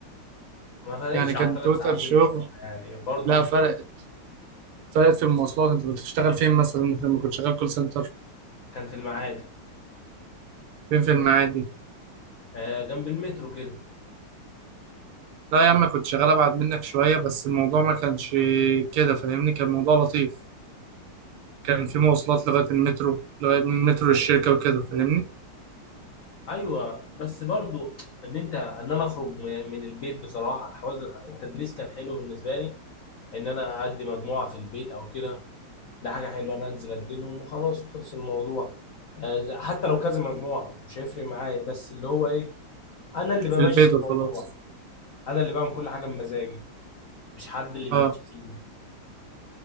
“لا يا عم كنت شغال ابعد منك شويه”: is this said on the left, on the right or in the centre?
Right